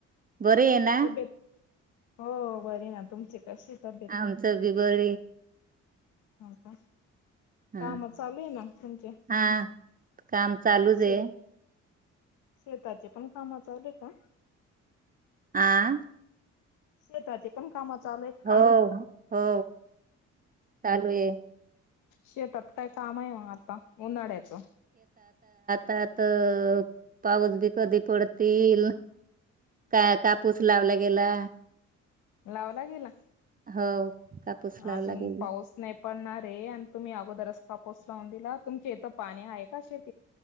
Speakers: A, on the right (about 30°); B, on the left (about 80°).
A: बर ये ना
B: तब्येत हो बरी ना तुमची कशी तब्येत?
A: आमचं बी बर
B: हो का
A: हा
B: काम चालू आहे म तुमचे
A: हा काम चालूच
B: असे
A: आहे.
B: शेताचे पण काम चालेय का
A: आह
B: शेताचे पंख कामा चालू आहेत काम्
A: हो हो चालू आहे.
B: शेतात काय काम आहे मग आता उन्हाळ्याचं
A: तात पाऊस बी कधी पडतील का कापूस लावला गेला
B: लावला गेला
A: हो कापूस लावला
B: अजून
A: गेला
B: पाऊस नाही पणणार रे आणि तुम्ही अगोदरच कापूस लावून दिला तुमचे इथं पाणी आहे का शेत